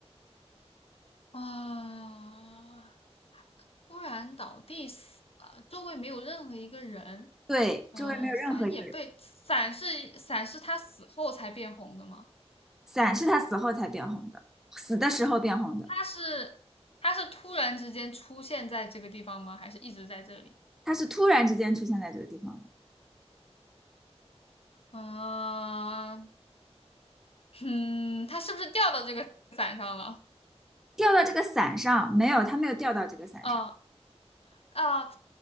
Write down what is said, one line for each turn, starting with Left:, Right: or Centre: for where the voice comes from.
Left: 啊。突然倒地死了，周围没有任何一个人。
Centre: 对，周围没有任何一个人，
Left: 嗯、伞也被伞是伞是他死后才变红的吗？
Centre: 伞是他死后才变红的，死的时候变红的，
Left: 他是他是突然之间出现在这个地方吗？还是一直在这里？
Centre: 他是突然之间出现在这个地方的。
Left: 嗯、嗯，他是不是掉到这个伞上了？
Centre: 掉到这个伞上，没有，他没有掉到这个伞上，
Left: 嗯啊，